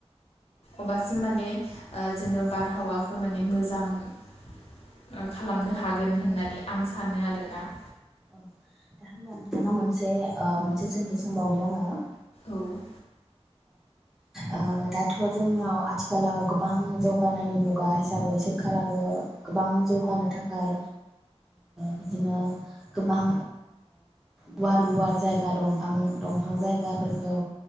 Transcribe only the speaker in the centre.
औ दा होमबा नोंथांनाव मोनसे ओ मोनसे सोंथि सोंबावनि आङो <inaudible>
औ दाथ' जोंनियाव आथिखालाव गोबां जौगानायनि मुगा हिसाबै सोरखाराबो गोबां जौगानो थाखाय बिदिनो गोबां गुवार गुवार जायगा दंफां दंफां जायगाफोरखौ।